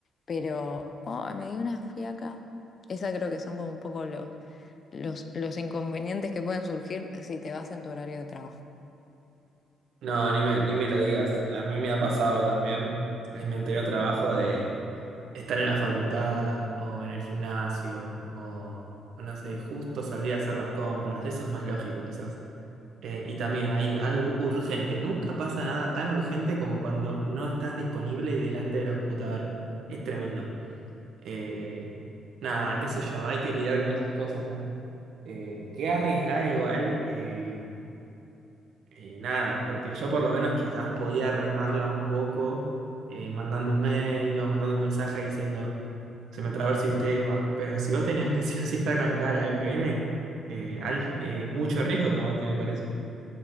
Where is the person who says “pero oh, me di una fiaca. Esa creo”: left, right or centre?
Left